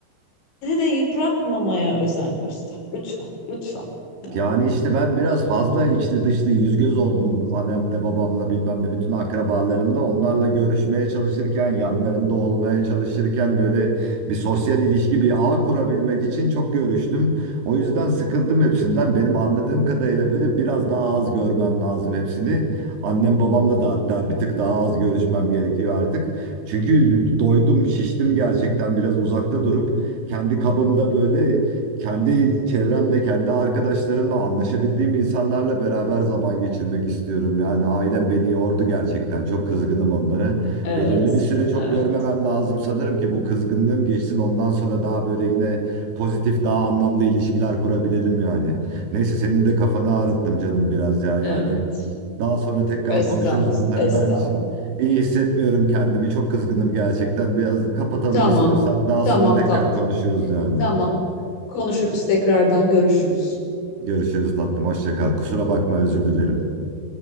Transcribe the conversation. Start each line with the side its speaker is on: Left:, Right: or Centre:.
Left: de yıpratmamaya özen göster. Lütfen, lütfen. Yani,
Right: Yani işte ben biraz fazla içli dışlı yüz göz oldum annemle babamla bilmem ne bütün akrabalarımla onlarla görüşmeye çalışırken yanlarında olmaya çalışırken böyle bir sosyal ilişki bir ağ kurabilmek için çok görüştüm. O yüzden sıkıldım hepsinden benim anladığım kadarıyla böyle biraz daha az görmem lazım hepsini. Annem babamla da hatta bir tık daha az görüşmem gerekiyor artık. Çünkü doydum şiştim gerçekten biraz uzakta durup kendi kabımda böyle kendi çevremle, kendi arkadaşlarımla, anlaşabildiğim insanlarla beraber zaman geçirmek istiyorum. Yani ailem beni yordu gerçekten. Çok kızgınım onlara.
Left: Evet,
Right: Belirli bir süre çok
Left: evet,
Right: görmemem lazım sanırım ki bu kızgınlığım geçsin. Ondan sonra daha böyle yine pozitif, daha anlamlı ilişkiler kurabilelim yani. Neyse senin de kafanı ağrıttım canım biraz ya. Yani
Left: evet.
Right: daha sonra tekrar
Left: Estağfurullah,
Right: konuşuruz bunları.
Left: estağfurullah.
Right: Ben şimdi iyi hissetmiyorum kendimi. Çok kızgınım gerçekten. Biraz kapatalım
Left: Tamam,
Right: istiyorsan. Daha
Left: tamam
Right: sonra tekrar
Left: tatlım,
Right: konuşuruz yani.
Left: tamam. Konuşuruz tekrardan görüşürüz.
Right: Görüşürüz tatlım. Hoşça kal. Kusura bakma özür dilerim.